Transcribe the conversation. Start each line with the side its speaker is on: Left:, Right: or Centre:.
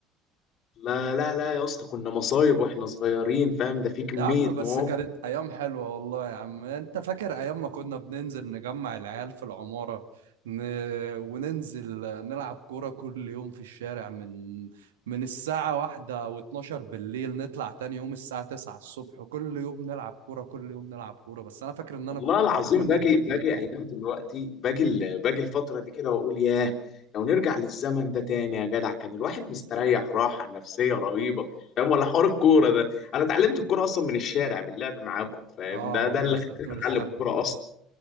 Left: لا لا لا يا اسطى كنا مصايب واحنا صغيرين فاهم ده في كميه
Right: يا عم بس
Left: مواقف
Right: كانت ايام حلوه والله يا عم انت فاكر ايام ما كنا بننزل نجمع العيال في العماره ن... وننزل نلعب كوره كل يوم في الشارع من من الساعه واحدة او 12 بالليل نطلع تاني يوم الساعه 9 الصبح وكل يوم نلعب كوره كل يوم نلعب كوره بس انا فاكر ان انا
Left: والله
Right: كنت
Left: العظيم
Right: احرف منك
Left: باجي
Right: بكتير
Left: باجي ايام دلوقتي باجي ال- باجي الفتره دي كده واقول ياه لو نرجع للزمن ده تاني يا جدع كان الواحد مستريح راحه نفسيه رهيبه فاهم ولا حوار الكوره ده انا اتعلمت الكوره اصلا من الشارع باللعب معاكم فاهم
Right: اه
Left: ده ده
Right: والله
Left: اللي
Right: انت
Left: خلاني
Right: بتقول
Left: اتعلم
Right: فيها
Left: الكوره اصلا